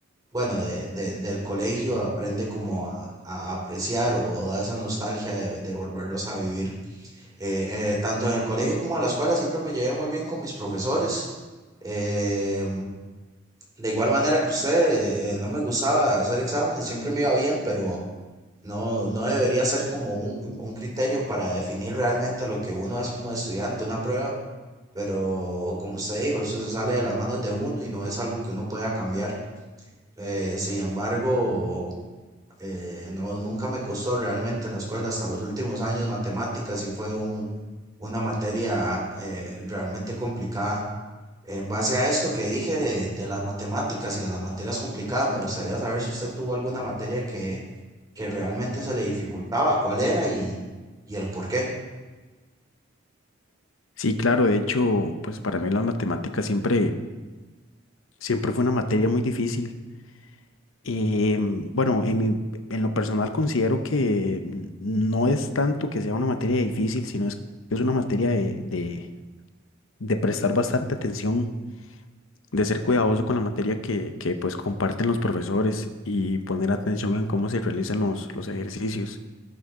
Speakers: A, on the right (about 20°); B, on the left (about 85°).
A: bueno, de, de- del colegio aprende como a, a apreciar o da esa nostalgia de, de volverlos a vivir. Eh, eh, tanto en el colegio como en la escuela siempre me llevé muy bien con mis profesores. Eh, de igual manera que usted, eh, no me gustaba hacer exámenes, siempre me iba bien, pero no, no debería ser como un, un criterio para definir realmente lo que uno es como estudiante, una prueba. Pero como usted dijo, eso se sale de las manos de uno y no es algo que uno pueda cambiar. Eh, sin embargo, eh, no, nunca me costó realmente en la escuela hasta los últimos años. Matemáticas y fue un, una materia eh, realmente complicada. En base a esto que dije de, de las matemáticas y de las materias complicadas, me gustaría saber si usted tuvo alguna materia que, que realmente se le dificultaba, cuál era y, y el por qué.
B: Sí, claro, de hecho, pues para mí las matemáticas siempre, siempre fue una materia muy difícil. Eh, bueno, en mi- en lo personal considero que n- no es tanto que sea una materia difícil, sino es que es una materia de, de- de prestar bastante atención, de ser cuidadoso con la materia que, que pues comparten los profesores y poner atención en cómo se realizan los, los ejercicios.